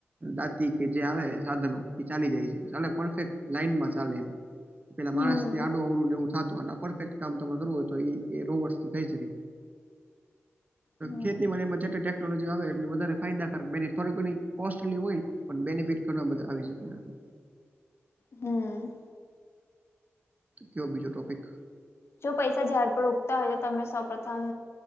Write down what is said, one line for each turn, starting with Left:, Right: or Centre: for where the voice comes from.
Right: દાંત કે જે આવે સાધનો એ ચાલી જાય છે પરફેક્ટ લાઈનમાં ચાલે એમ પેલા
Left: હમ
Right: માણસ થી આડું અવડું એવું થતું અને પરફેક્ટ કામ તરે કરવું હોય તો એ રોબોટ થઈ શકે
Left: હમ
Right: ખેતીમાં ટેનોલોજી આવે એટલે વધ ફાયદાકારક બે થોડી ઘણી કોસ્ટલી હોય. પણ બેનિફિટ ઘણા બધા આવી શકે.
Left: હમ
Right: કયો બીજો ટોપિક?
Left: જો પૈસા ઝડ પર ઉગતા હોય તો તમે સૌપથમ